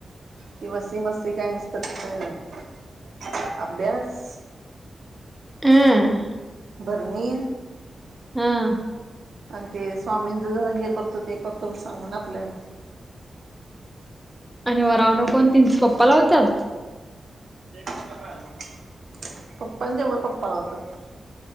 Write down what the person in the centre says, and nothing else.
हम्म
हां.
आणि वरवनं पण तीनचं पप्पा लावतात.